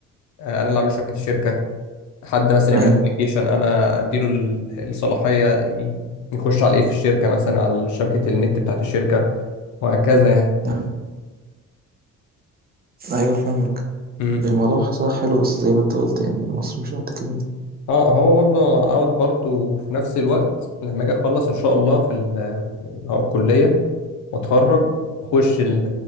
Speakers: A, on the left; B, on the right.
A: آه، انا اللي اعمل شبكه الشركه حد مثلا
B: أيوة
A: يعمل ابلكيشن انا اديله ال- الصلاحيه ي- يخش على ايه في الشركه مثلا على شبكه النت بتاعت الشركه وهكذا يعني
B: أيوة أيوة فاهمك
A: امم
B: الموضوع صح حلو بس زي ما أنت قلت يعني مصر مش قد كده
A: اه هو برضه عاوز برضه في نفس الوقت لما اجي اخلص ان شاء الله في ال- هو الكليه واتخرج اخش ال-